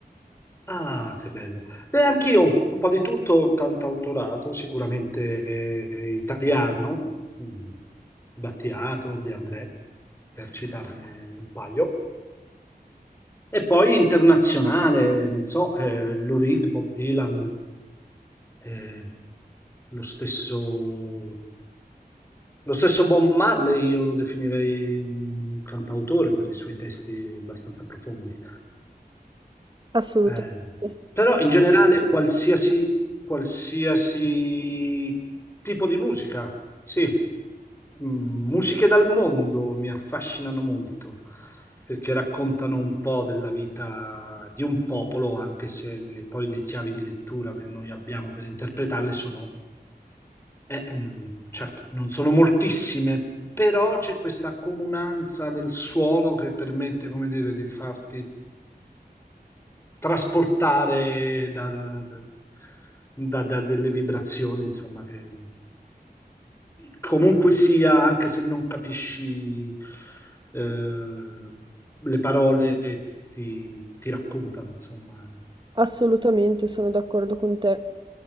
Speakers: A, on the left; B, on the right.
A: Ah, che bello. E anch'io, un po' di tutto, cantautorato, sicuramente eh, italiano, mm, Battiato, De André, per citarne un paio. E poi internazionale, non so, eh, Lou Reed, Bob Dylan, eh, lo stesso, lo stesso Bob Marley, io lo definirei un cantautore per i suoi testi abbastanza profondi.
B: Assolutamente,
A: Eh, però in generale qualsiasi, qualsiasi tipo di musica, sì, Mm, musiche dal mondo mi affascinano molto perché raccontano un po' della vita di un popolo, anche se le- poi le chiavi di lettura che noi abbiamo per interpretarle sono, eh, mm, certo, non sono moltissime, però c'è questa comunanza del suono che permette, come dire, di farti trasportare da, da- da- da- da delle vibrazioni, insomma, che comunque sia, anche se non capisci eh, le parole, ti, ti raccontano, insomma.
B: assolutamente sono d'accordo con te.